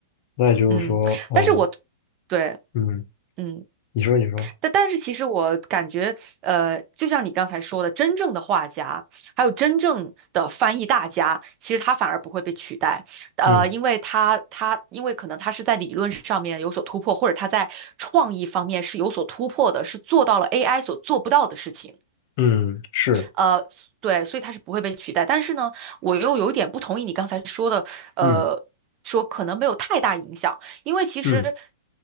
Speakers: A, on the left; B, on the right.
A: 那也就是说，
B: 嗯，
A: 哦，
B: 但是我对，
A: 嗯，
B: 嗯。
A: 你说，你说，
B: 但但是其实我感觉，呃，就像你刚才说的，真正的画家，还有真正的翻译大家，其实他反而不会被取代，呃，
A: 嗯
B: 因为他他因为可能他是在理论上面有所突破，或者他在创意方面是有所突破的，是做到了 AI 所做不到的事情。
A: 嗯，是，
B: 呃，对，所以它是不会被取代。但是呢，我又有点不同意你刚才说的，呃，
A: 嗯
B: 说可能没有太大影响，因为其实
A: 嗯